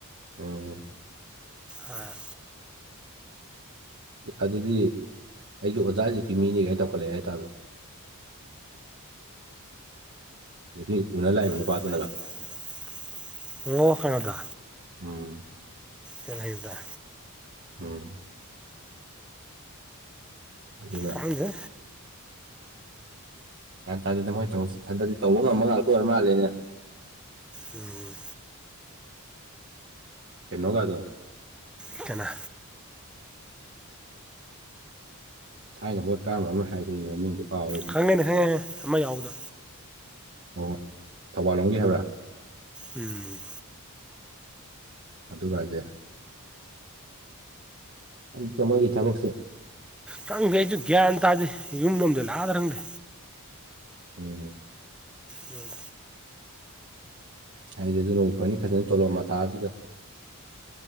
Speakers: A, on the right; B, in the centre.
A: ꯎꯝꯝ
B: ꯑ
A: ꯑꯗꯨꯗꯤ ꯑꯩꯁꯨ ꯑꯣꯖꯥꯖꯤꯛꯀꯤ ꯃꯤꯅꯤꯒꯥꯏ ꯇꯧꯈꯠꯂꯛꯑꯦ ꯍꯥꯏꯇꯥꯔꯦ ꯍꯧꯖꯤꯛꯀꯤ ꯎꯅ ꯂꯥꯛꯏꯕ ꯅꯨꯄꯥꯗꯨꯅꯒ
B: ꯄꯨꯅ ꯂꯥꯛꯕ ꯅꯨꯄꯥꯗꯨꯅꯒ ꯍꯣꯡꯉꯣꯀꯗ
A: ꯎꯝ
B: ꯄꯔꯗꯗ
A: ꯎꯝ ꯑꯗꯨꯒ
B: ꯀꯪꯦ
A: ꯒ꯭ꯌꯥꯟꯥꯗꯅ ꯃꯣꯏ ꯊꯕꯛꯁꯤ ꯊꯟꯗꯠꯗꯤ ꯇꯧꯕ ꯉꯝꯕ ꯉꯥꯛꯇ ꯑꯣꯏꯔ ꯃꯥꯜꯂꯦꯅꯦ
B: ꯎꯝ
A: ꯀꯩꯅꯣꯒꯗꯣ
B: ꯏ ꯀꯅꯥ
A: ꯊꯥꯏꯅ ꯚꯣꯠ ꯀꯥꯝꯕ ꯑꯃ ꯍꯥꯏꯕꯅꯤꯅꯦ ꯃꯃꯤꯡꯗꯣ ꯀꯥꯎꯔꯦꯅꯦ
B: ꯈꯪꯉꯦꯅꯦ ꯈꯪꯉꯦ ꯑꯃ ꯌꯥꯎꯕꯗꯣ
A: ꯑꯣꯣꯏ ꯊꯧꯕꯥꯜ ꯂꯣꯝꯒꯤ ꯍꯥꯏꯕ꯭ꯔꯥ
B: ꯎꯝ
A: ꯑꯗꯨꯒꯁꯦ ꯑꯛꯇ ꯃꯣꯏꯒꯤ ꯊꯕꯛꯁꯦ
B: ꯈꯪꯗꯦ ꯑꯩꯁꯨ ꯒ꯭ꯌꯥꯟ ꯇꯥꯗꯦ ꯌꯨꯝ ꯂꯣꯝꯗ ꯂꯥꯗ ꯈꯪꯗꯦ
A: ꯎꯝ
B: ꯎꯝ
A: ꯍꯥꯏꯁꯦ ꯑꯗꯨꯅ ꯎ ꯐꯅꯤ ꯈꯖꯅ ꯇꯣꯂꯣꯑꯣ ꯃꯊꯥꯁꯤꯒ